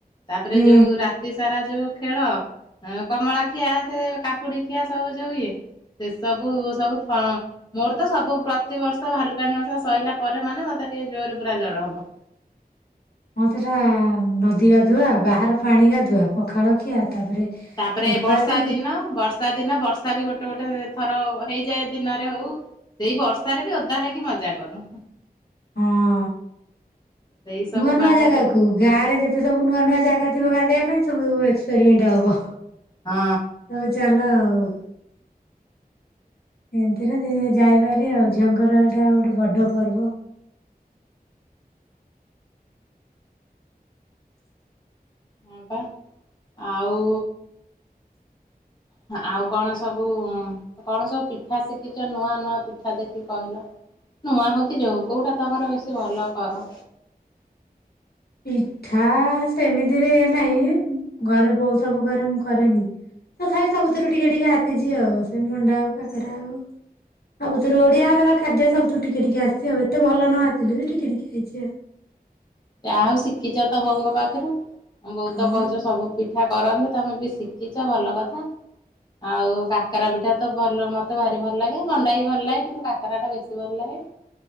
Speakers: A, on the left; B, on the left.
A: ତାପରେ
B: ହୁଁ
A: ଯୋଉ ରାତି ସାରା ଯୋଉ ଖେଳ କମଳା ଖିଆ ସେ କାକୁଡି ଖିଆ ସବୁ ଯୋଉ ଇଏ ସେ ସବୁ ସବୁଥ ମୋରତ ସବୁ ପ୍ରତିବର୍ଷ ସ ଭାଲୁକାଣି ଓସା ସରିଲା ପରେ ମାନେ ମତେ ଟିକେ ଜୋରରେ ପୁରା ଜର ହବ।
B: ମତେଟା ନଦୀ ଗାଧୁଆ ବାହାର ପାଣି ଗାଧୁଆ ପଖାଳଖିଆ ତାପରେ
A: ତାପରେ
B: ଓପାସେ
A: ବର୍ଷା ଦିନ ବର୍ଷା ବର୍ଷା ଦିନ ବର୍ଷା ବି ଗୋଟେ ଗୋଟେ ଥର ହେଇଯାଏ ଦିନରେ ହଉ ସେଇ ବର୍ଷାରେ ବି ଓଦା ହେଇକି ମଜା କରୁ।
B: ହଁ।
A: ସେଇ ସବୁ
B: ନୂଆ ନୂଆ
A: ବାହାରେ
B: ଜାଗାକୁ ଗାଁ ରେ ଯେତେ ସବୁ ନୂଆ ନୂଆ ଜାଗା ଥିବ ଗାଧେଇବା ପାଇଁ ସବୁ ଏକ୍ସପେରିମେଣ୍ଟ ହବ।
A: ହଁ।
B: ହଉ ଚାଲ ଆଉ। ଏମତିରେ ଯାଏ ଭାରି ଆଉ ଝିଅଙ୍କର ଏଇଟା ଗୋଟେ ବଡ ପର୍ବ।
A: ହଁ ପା ଆଉ। ଆଉ କଣ ସବୁ କଣ ସବୁ ପିଠା ଶିଖିଛ ନୂଆ ନୂଆ ପିଠା ଦେଖି କହିଲ। ନୂଆ ହଉ କି ଯୋଉ କୋଉଟା ତମର ବେଶୀ ଭଲ କର।
B: ପିଠା ସେମିତିରେ ଇ ନାହିଁ ଘରେ ବୋଉ ସବୁ ଘରେ ମୁଁ କରେନି। ତଥାପି ସବୁଥିରୁ ଟିକେ ଟିକେ ଆସିଛି ଆଉ ସେ ମଣ୍ଡା ହଉ କାକେରା ହଉ। ଆଉ ତୋର ଓଡିଆ ଘର ଖାଦ୍ୟ ସବୁଥିରୁ ଟିକେ ଟିକେ ଆସିଛି ଆଉ ଏତେ ଭଲ ନ ଆସିଲେ ବି ଟିକେ ଟିକେ ହେଇଛି ଆଉ।
A: ଯାହା ହଉ ଶିଖିଛ ତ ବୋଉଙ୍କ ପାଖରୁ ମୋ ବୋଉ
B: ହଁ
A: ତ କହୁଛ ସବୁ ପିଠା କରନ୍ତି ତମେ ବି ଶିଖିଛ ଭଲ କଥା। ଆଉ କାକରା ପିଠା ତ ଭଲ ମତେ ଭାରି ଭଲ ଲାଗେ ମଣ୍ଡା ବି ଭଲ ଲାଗେ କିନ୍ତୁ କାକରା ଟା ବେଶୀ ଭଲ ଲାଗେ।